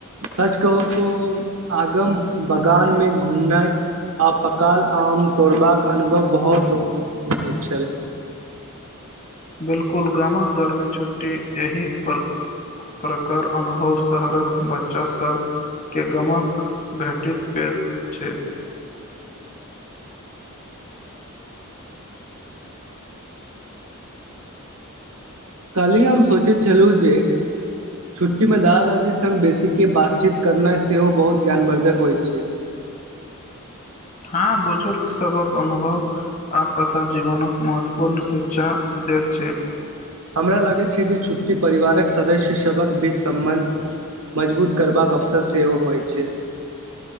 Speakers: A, on the right (about 85°); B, on the left (about 40°).
A: सच कहू तो आगम बगानमे घूमनाइ आ पकाल आम तोड़बाक अनुभव बहुत रोमान्सिक लगैत छेल
B: बिलकुल गामा घरमे छुट्टी एहि पर प्रकर अनुभव शहरक बच्चासभ के गमक भेटत पैल छै
A: कालि हम सोचैत छलहु जे छुट्टी मे दास सभी संग बेबैठ के बातचीत करनाइ सेहो बहुत ज्ञानवर्द्धक होइत छैय‌
B: हँ बुजुर्ग सबक अनुभव आ कथा जीवनक महत्वपूर्ण शिक्षा दैत छै
A: हमरा लगैत छै जे छुट्टी परिवारक सदस्य सभक बीच सम्बन्ध मजबूत करबाक अवसर सेहो होइत छै-य